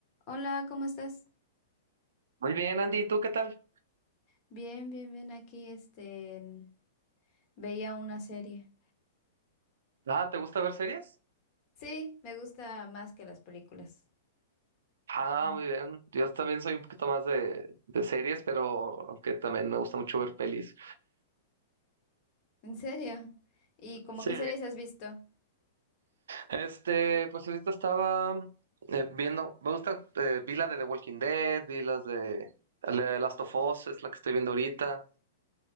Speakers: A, on the left; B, on the right.
A: Hola, ¿cómo estás?
B: Muy bien, Andy, ¿y tú qué tal?
A: Bien, bien, bien. Aquí, este, en- veía una serie.
B: Ah, ¿te gusta ver series?
A: Sí, me gusta más que las películas.
B: Ah,
A: Mm.
B: muy bien. Yo también soy un poquito más de, de series, pero aunque también me gusta mucho ver pelis.
A: ¿En serio? ¿Y como
B: Sí.
A: qué series has visto?
B: Este, pues ahorita estaba eh, viendo, me gusta, eh, vi la de The Walking Dead, vi las de la- Last of Us, es la que estoy viendo ahorita.